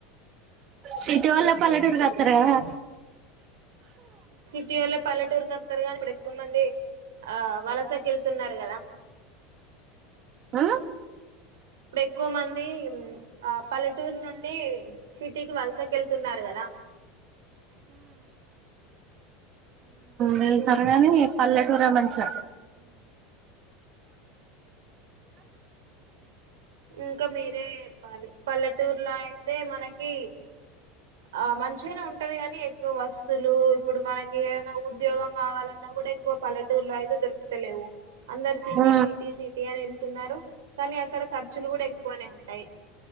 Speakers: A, on the right; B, on the right.
A: సిటీ వల్ల పల్లెటూరుకి వస్తారు కదా
B: సిటీ వాళ్ళ పల్లెటూరుకి వతారు కానీ ఇప్పుడు ఎక్కువ మంది ఆ వలసకి వెళ్తున్నారు కదా
A: హ
B: ఇప్పుడు ఎక్కువ మంది ఆ పల్లెటూరు నుండి సిటీకి వలసకెళ్తున్నారు కదా
A: వెళ్తారు గానీ పల్లెటూర నుంచి
B: ఇంకా మీరే చెప్పాలి పల్లెటూరులో అయితే మనకి ఆ మంచిగానే ఉంటది కాగాని ఎక్కువ వస్తులు ఇప్పుడు మనకి ఏదైనా ఉద్యోగం కావాలన్నా కూడా ఎక్కువ పల్లెటూలో అయితే దొరుకుతలేవు అందరు సిటీ
A: ఆ
B: సిటీ సిటీ అని వెళ్తున్నారు కానీ అక్కడ ఖర్చ చ్చులు కూడా ఎక్కువనే ఉం టాయి